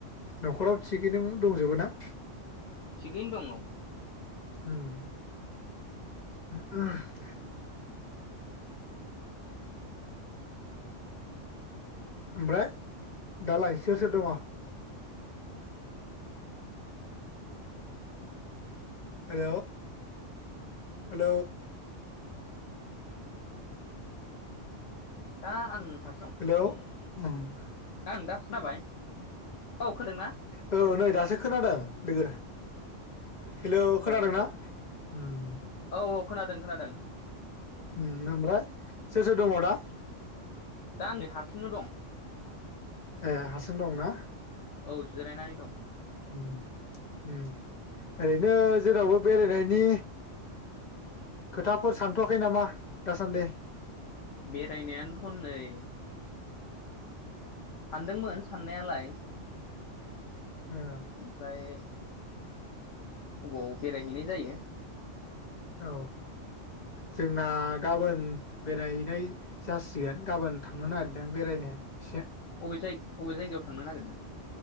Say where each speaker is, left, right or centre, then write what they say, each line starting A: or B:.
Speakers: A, on the left; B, on the left.
A: नखराव थिगैनो दंजोबो ना? ओम
B: थिगैनो दङ औ
A: ओमफ्राय दालाय सोर सोर दङ? हेल हेल
B: दा आं
A: हेल!
B: हारसिं दं
A: <unintelligible>
B: आं दा खोनाबाय औ खोनादों ना?
A: औ नै दासो खोनादों लोगो हेल, खोनादोंना?
B: औ औ
A: उम
B: औ औ खोनादों खोनादों
A: उम ओमफ्राय सोर सोर दङ दा?
B: दा आं नै हारसिंनो दं ।
A: ए हारसिं दं ना
B: औ जिरायनानै दं ।
A: उम उम ओरैनो जेरावबो बेरायनायनि खोथा फोर सानथवाखै नामा? दासान्दि
B: बेरायनायानोथनै सानदोंमोन साननायालाय
A: ओ
B: ओमफ्राय अबाव बेरायहैनाय जायो
A: औ, जोंना गाबोन बेरायहैनाय जासिगोन । गाबोन थांनो नागिरदों बेरायनो इसे।
B: अबे जाय् - अबे जायगायाव थांनो नागिरदों?